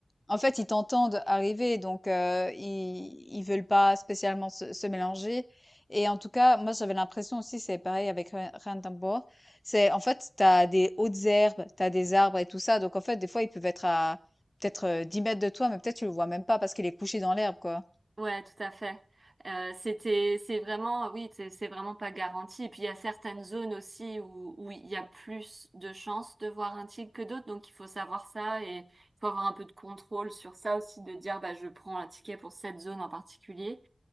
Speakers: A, on the left (about 20°); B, on the right (about 50°).
A: En fait, ils t'entendent arriver, donc heu, ils ils veulent pas spécialement se se mélanger et en tout cas, moi, j'avais l'impression aussi, c'est pareil avec Ren Ranthambore, c'est en fait, t'as des hautes herbes, t'as des arbres et tout ça, donc en fait, des fois, ils peuvent être à peut-être, heu, 10 m de toi, mais peut-être tu le vois même pas parce qu'il est couché dans l'herbe, quoi.
B: Ouais, tout à fait. Euh, c'était, c'est vraiment, oui, c'est c'est vraiment pas garanti. Et puis il y a certaines zones aussi où, où il y a plus de chances de voir un tigre que d'autres, donc il faut savoir ça et il faut avoir un peu de contrôle sur ça aussi, de dire bah je prends un ticket pour cette zone en particulier.